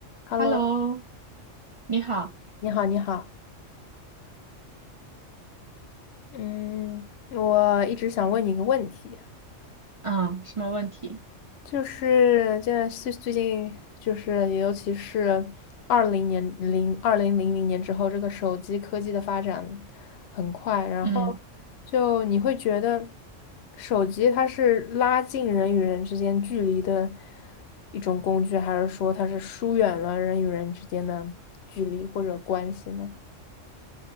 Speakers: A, on the left (about 65°); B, on the right (about 45°).
A: Hello，
B: Hello，你好，
A: 你好，你好。嗯，我一直想问你一个问题，
B: 嗯，什么问题？
A: 就是现在最最近就是尤其是二零年零二零零零年之后，这个手机科技的发展很快，然后
B: 嗯
A: 就你会觉得手机它是拉近人与人之间距离的一种工具，还是说它是疏远了人与人之间的距离或者关系呢？